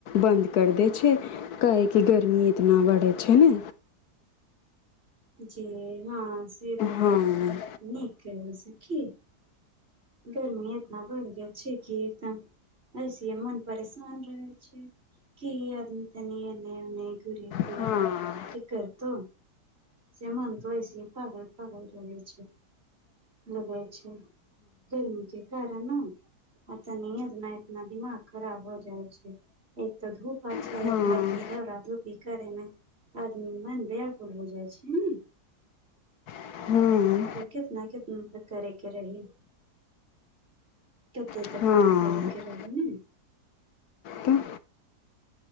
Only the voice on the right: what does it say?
जी हँ से तऽ
बात नीक अइ न सखी गर्मी इतना बढ़ गेल छै की एकदम ऐस मन परेशान रहै छै की आदमी तनी एने उनके घुरे फिरे
कि करतौ सेमनत हो छै पागल पगल रहै छै लगै छै ग क कारन ने आ तनि एतना एतनादिमाग खराब हो जाइ छै एक तो धूप अच्छा
इतना कीधा उ आ धूपी करेमे आर ब मन बियाकुल हो जाइ छै ने
तब कितना कितना त करेके रही कते
तऽ काम करेके रही ने